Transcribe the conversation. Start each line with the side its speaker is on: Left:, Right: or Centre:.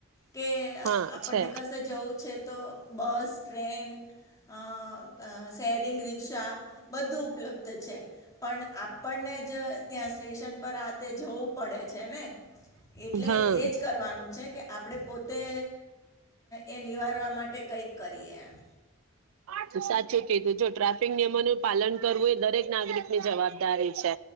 Left: કે
Right: હા
Left: આપણને
Right: છે
Left: કશે જવું છે તો બસ ટ્રેન અ સેરિંગ રિક્ષા બધું ઉપલબ્ધ છે પણ આપણને જ ત્યાં સ્ટેશન પર આતે જોવું પડે છે ને એટલે
Right: હા
Left: એજ કરવાનું છે કે આપણે પો તે એ નિવારવા માટે કંઈક કરીએ એમ.
Right: સાચું કીધું જો ટ્રાફિક નિયમોનું પાલન કરવું એ દરેક નાગરિકની જવાબદારી છે